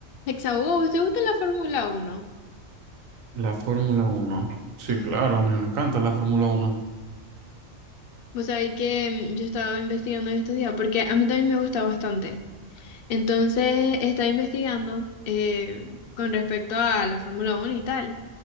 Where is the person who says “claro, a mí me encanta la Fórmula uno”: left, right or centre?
Right